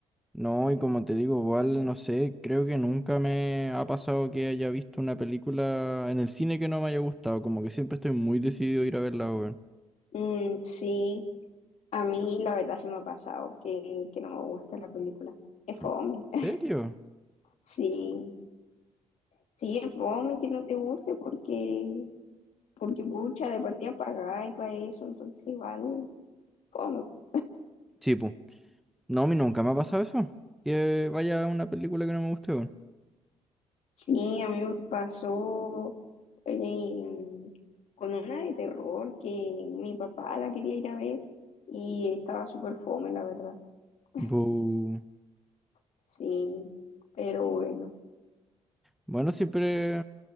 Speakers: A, in the centre; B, on the left.
A: No, y como te digo, igual, no sé, creo que nunca me ha pasado que haya visto una película en el cine que no me haya gustado, como que siempre estoy muy decidido a ir a verla, weón.
B: Mm, sí, a mí la verdad se me ha pasado que, que no me gusta la película. Es fome.
A: ¿En
B: <laughs>
A: serio?
B: Sí, sí, es fome que no te guste porque, porque pucha, de partida pagáis para eso, entonces igual, fome. po.
A: Sí, pues. No, a mí nunca me ha pasado eso, que vaya a una película que no me guste, weón.
B: Sí, a mí me pasó eh, con una de terror que mi papá la quería ir a ver y estaba súper fome, la verdad. <laughs>
A: Bu.
B: Sí, pero bueno,
A: Bueno, siempre...